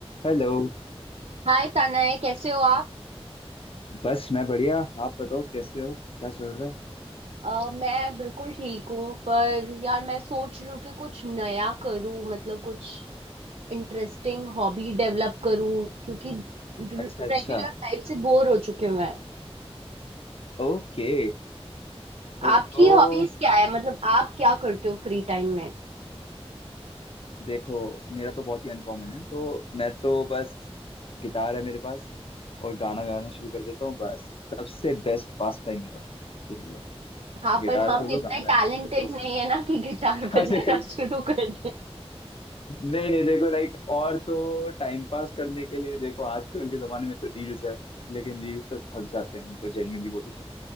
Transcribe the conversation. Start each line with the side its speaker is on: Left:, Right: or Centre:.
Left: Hello
Right: हाय तनय कैसे हो आप
Left: बस मैं बढ़िया आप बताओ कैसे हो क्या चल रहा है
Right: अ, मैं बिल्कुल ठीक हूँ पर यार मैं सोच रही हूँ कि कुछ नया करूँ मतलब कुछ इंटरेस्टिंग हॉबी डेवलप करूँ क्योंकि रेगुलर
Left: अच्छा अच्छा
Right: लाइफ से बोर हो चुके मैं
Left: ओके तो,
Right: आपकी
Left: तो
Right: हॉबीज क्या है मतलब आप क्या करते हो फ्री टाइम में
Left: देखो मेरा तो बहुत ही अनकॉमन है तो मैं तो बस गिटार है मेरे पास और गाना गाना शुरू कर देता हूँ बस सबसे बेस्ट पास टाइम मेरा यही है
Right: हाँ
Left: गिटार
Right: पर हम
Left: खोलो
Right: इतने
Left: गाना गाना
Right: टैलेंटेड
Left: शुरू करते हो, बस
Right: नहीं
Left: खत्म।
Right: है ना कि गिटार
Left: <laughs>
Right: <laughs> बजाना
Left: अरे
Right: शुरू कर दें
Left: नहीं नहीं देखो लाइक और तो टाइम पास करने के लिए देखो आजकल के जमाने में तो रील्स है लेकिन रील्स तो थक जाते हैं हम तो जेन्युइनली बोलूँ तो